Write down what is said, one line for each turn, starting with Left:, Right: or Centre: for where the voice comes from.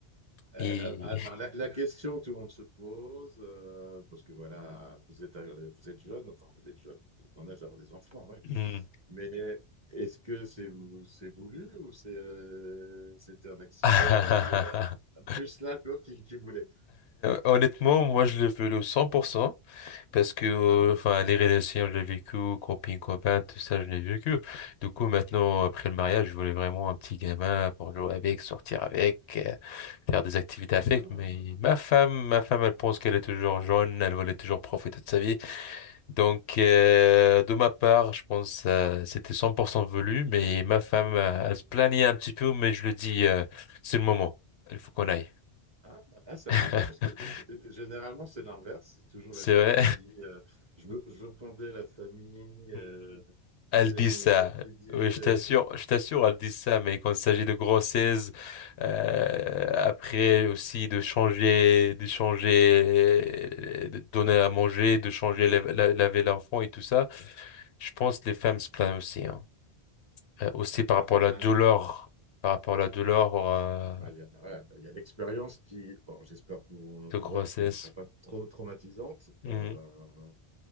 Right: Euh,
Left: Et
Right: alors, la, la question que tout le monde se pose, euh, parce que voilà, vous êtes, euh, vous êtes jeune, enfin vous êtes jeune, vous êtes en âge d'avoir des enfants, ouais.
Left: <laughs> Hmm.
Right: Mais est-ce que c'est vou- c'est voulu ou c'est euh, c'était un accident
Left: <laughs>
Right: où il y en a plus l'un que l'autre qui, qui voulait?
Left: Honnêtement, moi, je le veux le 100% parce que, euh,
Right: Ah,
Left: enfin, les relations, je l'ai vécu, copine, copain, tout ça, je l'ai vécu. Du coup, maintenant, après le mariage, je voulais vraiment un petit gamin pour jouer avec, sortir avec. euh, faire des activités avec,
Right: ah.
Left: mais ma femme, ma femme, elle pense qu'elle est toujours jeune, elle voulait toujours profiter de sa vie. Donc, euh, de ma part, je pense euh, c'était 100% voulu, mais ma femme, euh, elle se plaignait un petit peu, mais je lui dis, euh, c'est le moment, il faut qu'on aille.
Right: Ah, ah, c'est
Left: <laughs>
Right: amusant parce que g- généralement c'est l'inverse, c'est toujours
Left: C'est
Right: la femme
Left: vrai.
Right: qui dit euh, je veux, je veux fonder la famille, euh,
Left: <laughs> Elles
Right: puis c'est
Left: disent
Right: le-
Left: ça.
Right: l'homme qui dit
Left: Oui, je
Right: euh,
Left: t'assure, je t'assure, elles disent ça, mais quand il s'agit de grossesse, euh, après aussi de changer, de changer, euh, de donner à manger, de changer, la- la- laver l'enfant et tout ça, je pense que les femmes se plaignent aussi, hein. Euh, aussi par rapport
Right: bah, à-
Left: à la
Right: à
Left: douleur,
Right: l'in-
Left: par rapport à la douleur, euh,
Right: bah, il y a, ouais, bah, il y a l'expérience qui, bon j'espère pour,
Left: de
Right: pour
Left: grossesse.
Right: elle qui ne sera pas trop traumatisante,
Left: Mm.
Right: euh,